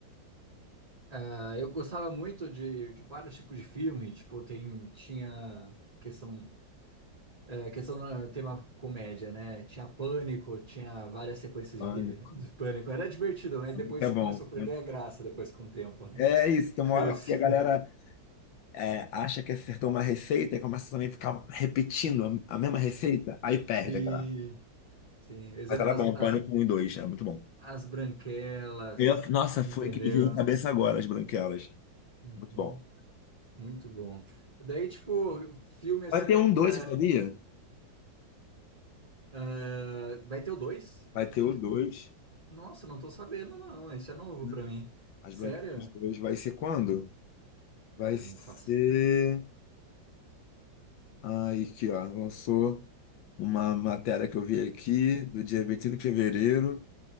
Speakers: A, on the right; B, on the left.
A: Ah, eu gostava muito de, de vários tipos de filme, tipo, tem, tinha questão, é, questão no tema comédia, né? Tinha Pânico, tinha várias sequências
B: Pânico.
A: de, de Pânico. Era divertido, mas
B: Pânico
A: depois
B: é
A: começou
B: bom.
A: a perder a graça depois com o tempo, né?
B: É isso, tem
A: Porque
B: uma hora
A: se-
B: que a galera é, acha que acertou uma receita e começa também a ficar repetindo a, a mesma receita, aí perde
A: Sim,
B: a graça.
A: sim. Exemplo,
B: Mas era
A: as,
B: bom,
A: as,
B: Pânico um e 2 é muito bom.
A: as branquelas,
B: Eu- nossa,
A: entendeu?
B: foi que me veio na cabeça agora, as branquelas.
A: Uhum,
B: Muito bom.
A: Muito bom. Daí, tipo, filme assim,
B: Vai ter um dois
A: é,
B: você sabia?
A: é, vai ter o dois?
B: Vai ter o dois.
A: Nossa, não tô sabendo, não. Isso é novo
B: né?
A: pra mim.
B: As
A: Sério?
B: branquelas dois. vai ser quando?
A: Eu
B: Vai ser.
A: não faço.
B: Ai, aqui, ó, lançou uma matéria que eu vi aqui, do dia 25 de fevereiro.